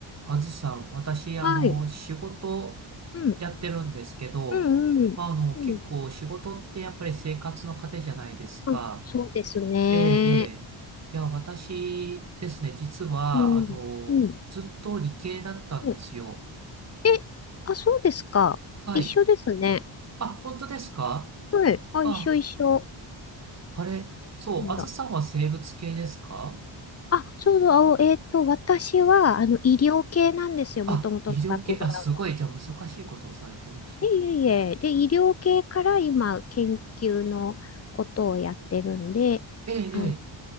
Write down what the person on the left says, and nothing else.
はい。
うん。
うんうん。
そうん。
あ、そうですね。
うん。
うん。
はいえ、あ、そうですか。
一緒ですね。
はい。あ、
一緒一緒。
なんだ。
あ、そうそう。あえっと、私は、あの、医療系なんですよ。
もともとのバックグラウンド。
いえいえいえ。で、医療系から今、研究のことをやってるんで、
あの、